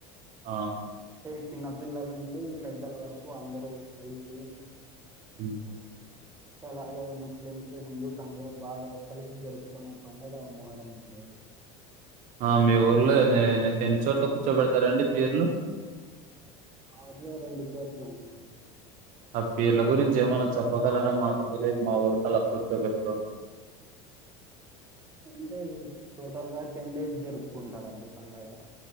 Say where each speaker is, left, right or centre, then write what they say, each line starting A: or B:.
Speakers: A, on the right (about 50°); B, on the right (about 20°).
A: ఆ
B: చిన్న పిల్లల నుండి పెద్దల వరకు అందరూ కలిసి
A: ఊ
B: అలాగే ముస్లిమ్స్ హిందూస్ అందరూ బాగా కలిసి జరుపుకునే పండుగ మొహరం అండి.
A: ఆ మీ ఊర్లో ఎన్ ఎన్ని చోట్ల కూర్చోబెడతారండి పీర్లు
B: మా వూర్లో రెండు చోట్ల అండి
A: ఆ పీర్ల గురించి ఏమైనా చెప్పగలరా మాకు తెలియదు మా ఊర్లల్లో కూర్చోబెట్టరు.
B: అంటే ఇది టోటల్గా టెన్ డేస్ జరుపుకుంటారండి పండగ